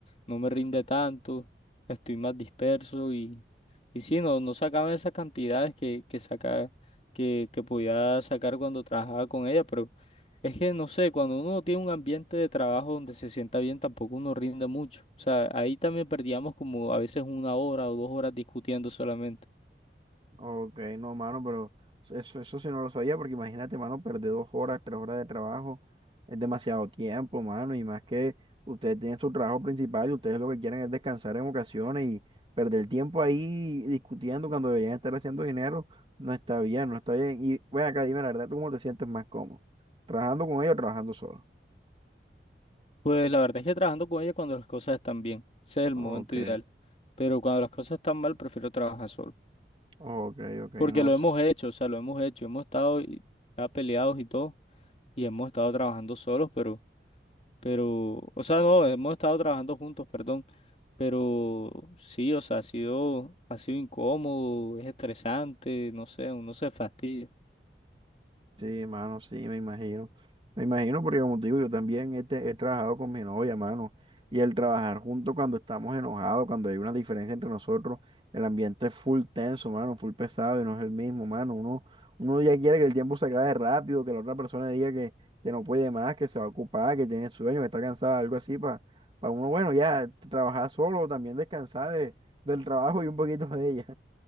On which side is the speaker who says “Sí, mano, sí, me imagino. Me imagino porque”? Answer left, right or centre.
Right